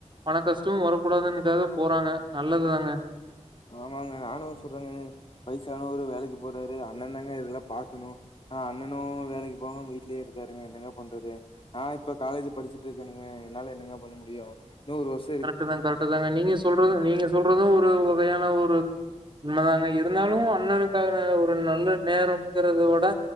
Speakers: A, on the right; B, on the left.
A: பண கஷ்டமு வரக்கூடாதுன்னுக்காக போறாங்க நல்லதுதாங்க
B: ஆமாங்க நானு சொல்றங்க பைசானு ஒரு வேலைக்கு போறாரு அண்ண தாங்க இதெல்லா பாக்கணு ஆ அண்ணனு வேலைக்கு போவாம வீட்லியே இருக்காருங்க என்னங்க பண்றது ஆ இப்ப காலேஜ் படிச்சிட்டு இருக்கங்க என்னால என்னங்க பண்ண முடியு இன்னொரு வருஷ்
A: கரெக்ட்தா கரெக்ட்தாங்க நீங்க சொல்றது நீங்க சொல்றது ஒரு வகையான ஒரு உண்மதாங்க இருந்தாலு அண்ணனுக்கான ஒரு நல்ல நேரம்ங்கறதவுட